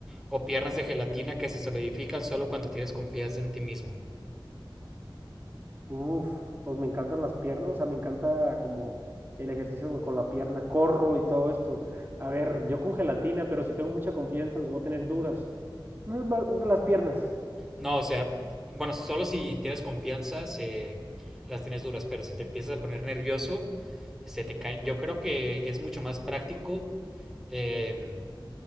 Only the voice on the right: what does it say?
Uf, pues me encantan las piernas, o sea, me encanta como el ejercicio con la pierna, corro y todo esto. A ver, yo con gelatina, pero si tengo mucha confianza las voy a tener duras. Mm, ma- Las piernas,